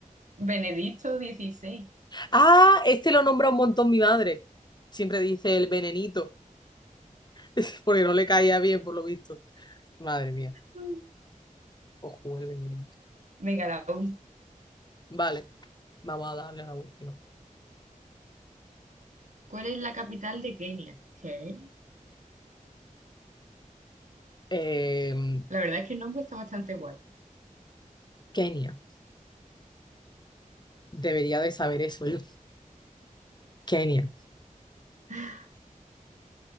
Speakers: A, on the right; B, on the left.
A: Benedicto dieciséis
B: Ah, este lo nombra un montón mi madre. Siempre dice el venenito, <laughs> porque no le caía bien, por lo visto. Madre mía.
A: Mm.
B: Ojo, el venenito.
A: Venga, la última.
B: Vale, vamos a darle a la última.
A: ¿Cuál es la capital de Kenia? ¿Qué?
B: Em,
A: La verdad es que el nombre está bastante guay.
B: Kenia. Debería de saber eso yo. Kenia.
A: <laughs>